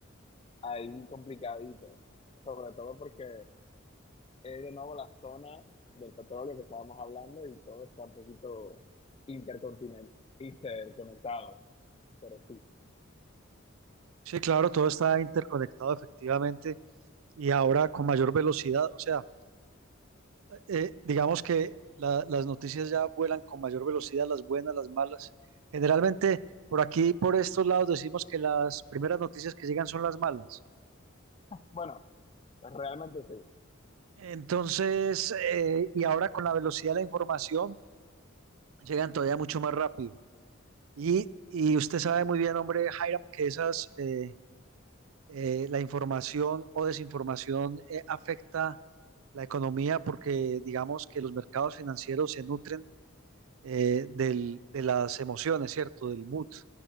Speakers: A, on the left (about 30°); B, on the right (about 85°).
A: ahí complicadito. Sobre todo porque es de nuevo la zona del petróleo que estábamos hablando y todo está un poquito intercontinental, interconectado. Pero sí.
B: Sí, claro, todo está interconectado efectivamente y ahora con mayor velocidad. O sea, eh, digamos que la- las noticias ya vuelan con mayor velocidad, las buenas, las malas. Generalmente por aquí, por estos lados, decimos que las primeras noticias que llegan son las malas.
A: Bueno, realmente sí.
B: Entonces, eh, y ahora con la velocidad de la información, llegan todavía mucho más rápido. Y, y usted sabe muy bien, hombre, Hiram, que esas, eh, eh, la información o desinformación eh, afecta la economía porque digamos que los mercados financieros se nutren eh, del- de las emociones, ¿cierto? Del mood.